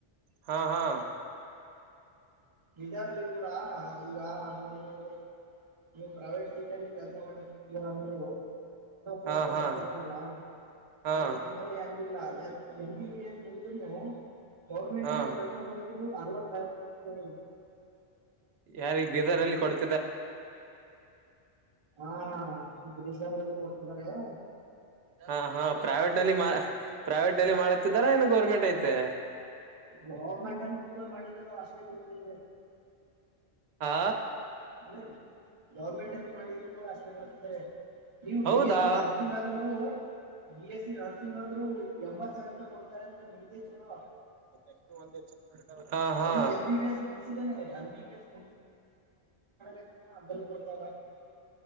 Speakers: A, on the right; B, on the right.
A: ಹಾ ಹಾ
B: ಬೀದರ್ ಅಲ್ಲಿ ಕೂಡ ಈಗ ನೋಡಿ ನೀವು ನೀವು ಪ್ರೈವೇಟ್ ಕೆಲಸ ಮಾಡ ಹಲವತ್ತು ಸಾವಸರ್ತತಾರಲ್ಲ
A: ಹಾ ಹಾ ಹಾ
B: ಆದ್ರೆ ನಮ್ಮಲ್ಲಿ ಹೆಂಗಿಲ್ಲ ಯಾಮ್ ಬಿ ಬಿಸ್ ಮೂಗುಧ್ರುನು ಗೌರ್ಮೆಂಟ್
A: ಹಾ
B: ಅಲ್ಲಿ ಕಕೆಲಸ ಮಾಡ <unintelligible> ಹ್ಮ್
A: ಯಾರಿಗ್ ಬೀರ್ದರ್ಲ್ಲಿ ಕೊಡ್ತ
B: ಹಾ ಬೀದರ್ ಅಲ್ಲಿ ಕೊಡ್ತಿದ್ರು
A: ಹಾ ಹಾ ಪ್ರೈವೇಟ್ ನಲ್ಲಿ ಪ್ರೈವೇಟ್ ನಲ್ಲಿ ಮಾಡತಿದ್ದಾರ ಏನ ಗೌರ್ಮೆಂಟ್ ಐತೆ
B: ಗೌರ್ಮೆಂಟ್ ಅ ಕೂಡ ಮಾಡಿದರ ಅಷ್ಟೇ ಕೊಡ್ತ್ರೇ
A: ಹಾ
B: ಅಂದ್ರೆ ಗೌರ್ಮೆಂಟ್ ಅಲ್ಲಿ ಮಾಡಿದ ಅಷ್ಟೇ ಬರುತ್ತೆ ನೀವು
A: ಹೌದಾ
B: ಬಿ ಎಸ್ಸಿ ನರ್ಸಿಂಗ್ ಆದ್ರೂನು ಬಿ ಎಸ್ಸಿ ನರ್ಸಿಂಗ್ ಆದ್ರು ಎಂಬತ್ ಸಾವಿರ ರೂಪಾಯಿ ಕೊಡ್ತಾರೆ ಅಂದ್ರೆ ನಿಮ್ದೇ ಚಲೋ
A: <unintelligible> ಹಾ
B: ಅವನು ಎಂ ಬಿ ಬಿ ಎಸ್ <unintelligible>